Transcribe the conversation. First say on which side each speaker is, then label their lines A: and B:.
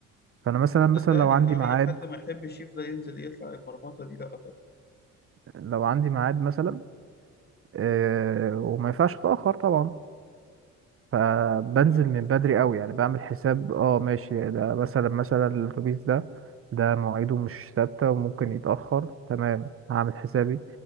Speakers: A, on the right; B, on the left.
A: فأنا مثلا مثلا
B: صدقني
A: لو عندي
B: اه
A: ميعاد
B: اي حد ما يحبش يفضل ينزل يطلع المرمطه دي لا طبعا
A: لو عندي ميعاد مثلا آه وما ينفعش أتأخر طبعا فبنزل
B: اه
A: من بدري قوي يعني بعمل حساب اه ماشي ده مثلا مثلا الأتوبيس ده ده مواعيده مش ثابتة وممكن يتأخر تمام هعمل حسابي